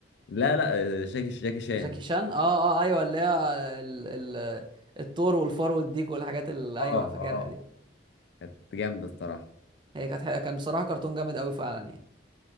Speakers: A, on the left (about 65°); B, on the right (about 25°).
A: لا لا جاكي جاكي شان
B: جاكي شان اه اه ايوه اللي هي ال... ال... الثور والفار والديك والحاجات اللي
A: اه
B: ايوه انا فاكرها
A: اه
B: دي
A: كانت جامده الصراحه
B: هي كانت حقيقة كان بصراحه كرتون جامد قوي فعلا يعني